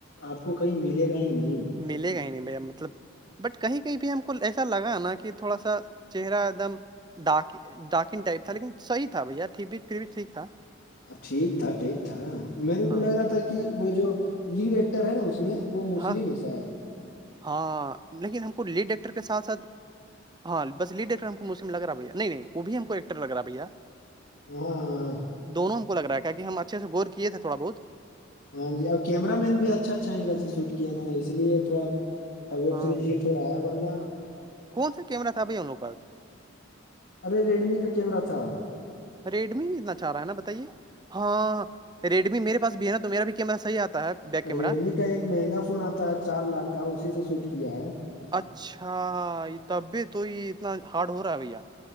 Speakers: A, on the left (about 70°); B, on the right (about 20°).
A: آپ کو کہیں ملے گا ہی نہیں
B: ملے گا ہی نہیں بھیا مطلب بٹ کہیں کہیں بھی ہم کو ایسا لگا نا کہ تھوڑا سا چہرہ ایک دم ڈاکاک ڈاکن ٹائپ تھا لیکن صحی تھا بھیاٹیک بھیچ پھر بھی ٹھیک تھا
A: ٹھیک تھا ٹھیک تھا میرے کو
B: ہاں
A: لگ رہا تھا کہ وہ جو لیڈ ایکٹر ہے نا اس میں وہ مسلم
B: ہاں
A: ہے شاید
B: ہاں لیکن ہم کو لیڈ ڈیکٹر کے ساتھ ساتھ ہاں بس لیڈ ایکٹر ہم کو موسی لگ رہا بھیا نہیں وہ بھی ہم کو ایکٹر لگ رہا بھیا
A: ہ ہ <unintelligible> <unintelligible>
B: دونوں ہم کوگا ہے کہ ہم اچھے سے گورے تھڑا بہت
A: ہاں جی اور کیمر مین بھی اچھا اچھا اینگل سے سوٹ کیا نا اس لیے تھوڑا اب ویب
B: ہاں
A: سیریز ہٹ ہو رہا ہے ورنہ
B: کون سا کیما تھاھائی ان لووں پس
A: ارے ریڈمی کا کیمرہ تھا
B: ریڈمی میں اتنا چاہ رہا ہے نا بتائیے ہاں ریڈ میرے پاس بھی نا ما بھی کیمر صحی آتا ہے بیک کیمرہ
A: ریڈمی کا ایک مہنگا فون آتا ہے چار لاکھ کا اسی سے شوٹ کیا ہے
B: اچھا طبیعت تو ہی اتنا ہارڈ ہو رہا ہے بھیا